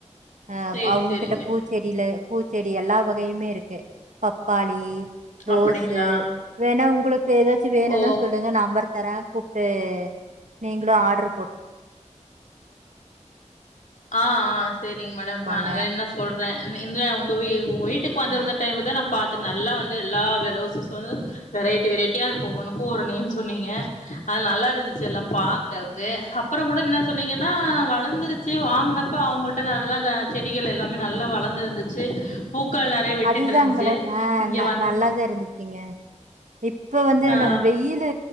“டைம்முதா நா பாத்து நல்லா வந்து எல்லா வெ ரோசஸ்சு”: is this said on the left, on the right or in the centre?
Left